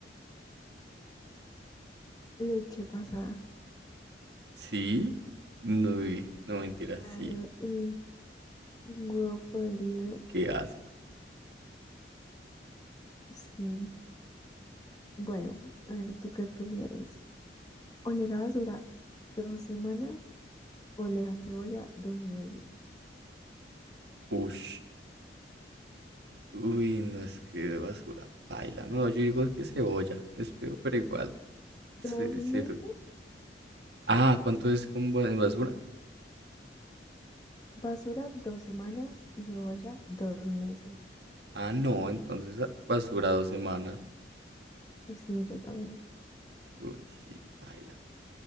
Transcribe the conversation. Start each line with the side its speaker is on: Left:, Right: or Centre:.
Left: Leche pasada.
Right: ¿Sí? No, y- no mentira,
Left: Claro,
Right: sí.
Left: uy. Un huevo podrido,
Right: Qué asco.
Left: sí. Bueno, a ver, ¿tú qué prefieres? ¿Oler a basura dos semanas o oler a cebolla dos meses?
Right: Ush. Uy, no es que basura paila. No, yo digo que cebolla. Es feo, pero igual.
Left: Dos
Right: Se-
Left: meses,
Right: se to- Ah, ¿cuánto es con ba- en basura?
Left: basura dos semanas y cebolla dos meses.
Right: Ah, no, entonces ah, basura dos semanas.
Left: Sí, yo también.
Right: Uy, sí, paila.